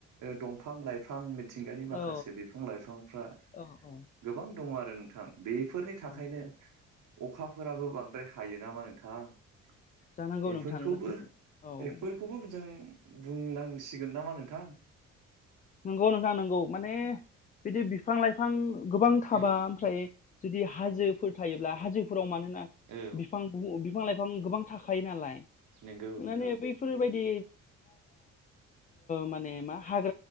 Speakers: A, on the right; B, on the left.
A: दंफां लाइफां बिफां मिथिंगानि
B: औ
A: माखासे बिफां लाइफांफ्रा
B: औ औ
A: गोबां दङ आरो नोंथां बेफोरनि थाखायनो
B: औ
A: अखाफोराबो बां द्र हायो नामा नोंथांफोरखौ
B: जानांगौ नोंथां नोंथां औ
A: खौबो जों बुंनांसिगोन नामा नोंथां
B: नंगौ नोंथां नंगौ माने बिदि बिफां लाइफां गोबां थाबा
A: औ
B: ओमफ्राय जुदि हाजोफोर थायोब्ला हाजोफोराव मानो होना
A: औ
B: बिफां बिफां लाइफां गोबां थाखायो नालाय
A: नंगौ नंगौ
B: माने बै फोरबायदि माने मा हाग